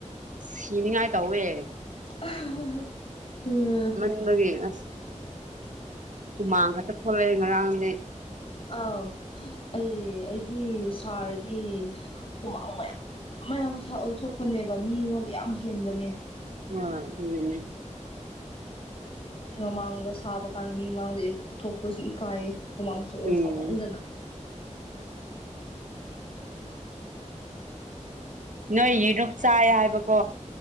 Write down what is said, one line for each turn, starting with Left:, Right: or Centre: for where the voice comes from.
Right: ꯁꯤꯅꯤꯉꯥꯏ ꯇꯧꯋꯦ <unintelligible>
Left: ꯎꯝ <unintelligible>
Right: <unintelligible> ꯎꯃꯥꯡ ꯈꯥꯛꯇꯥ ꯊꯣꯛꯂꯛꯑꯦ ꯉꯔꯥꯡꯗꯤ
Left: ꯑꯥꯎ ꯑꯩ ꯑꯩꯗꯤ ꯁꯥꯔꯗꯤ ꯍꯨꯃꯥꯡ ꯃꯌꯥꯝ ꯃꯌꯥꯝ ꯊꯣꯛꯄꯅꯦꯕꯥ ꯃꯤꯉꯣꯟꯗ ꯌꯥꯝ ꯍꯦꯟꯕꯅꯦ <inaudible>
Right: ꯌꯥꯎꯔꯛ ꯑꯗꯨꯅꯦ <unintelligible>
Left: ꯃꯤ ꯃꯃꯥꯡꯗꯥ ꯁꯥꯕ ꯀꯥꯟꯗꯥ ꯃꯤ ꯃꯃꯥꯡꯗꯥ ꯑꯦ ꯊꯣꯛꯄꯁꯨ ꯏꯀꯥꯏꯌꯦ ꯍꯨꯃꯥꯡꯁꯨ
Right: ꯎꯝ
Left: ꯁꯥꯎꯃꯟꯗꯥꯅ
Right: ꯅꯣꯏ ꯒꯤꯗꯣ ꯆꯥꯏ ꯍꯥꯏꯕꯀꯣ